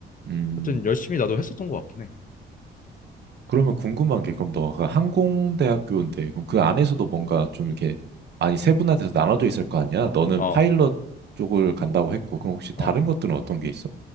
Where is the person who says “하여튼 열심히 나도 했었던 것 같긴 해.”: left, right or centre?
Left